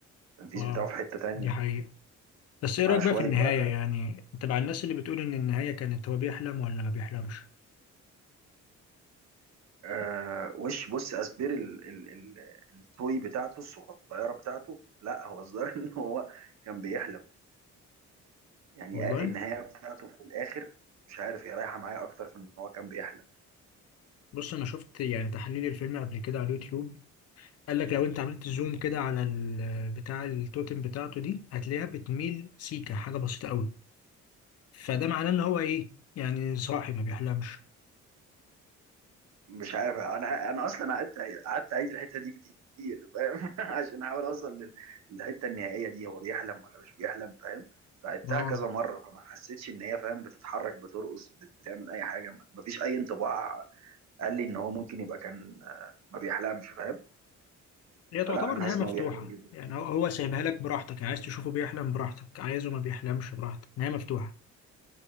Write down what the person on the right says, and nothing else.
التنفيذ
بتاعه في حتة تانية
معاه
شوية
بقى
آه وش بص أسبير ال ال ال التوي بتاعته الصغيرة بتاعته لا هو الظاهر <laughs> إن هو كان بيحلم يعني
آه، النهاية بتاعته في الآخر مش عارف هي رايحة معايا أكتر في إن هو كان بيحلم
مش عارف أنا أنا أصلا قعدت قعدت أعيد الحتة دي كتير فاهم <laughs> عشان أحاول أوصل لل- للحتة النهائية دي هو بيحلم ولا مش بيحلم فاهم فعدتها
كذا مرة فما حسيتش إن هي فاهم بتتحرك بترقص بتعمل أي حاجة مفيش أي انطباع قال لي ان هو ممكن يبقى كان آه، ما بيحلمش فاهم
فلا انا
حاسس
ان هو بيحلم جدا